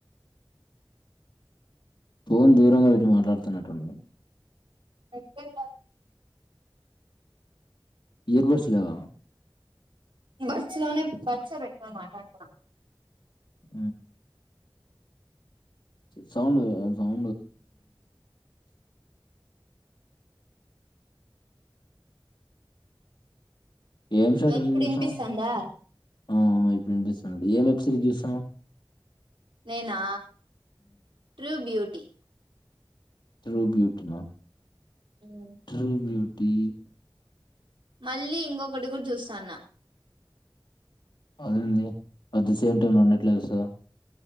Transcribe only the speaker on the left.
పోన్ దూరంగా పెట్టి మాట్లాడుతనటుంది
ఇయర్ బర్డ్స్ లేవ
ఆ సౌండ్ సౌం ఏం షట
చూసాం
ఆ ఇప్పుడు అండి ఏం వెబ్సిరీస్ చూసాను
ట్రూ బ్యూటీ మా
ట్రూ బ్యూటీ
అదేంది అది సేమ్ టైం ఉండట్లేదు సా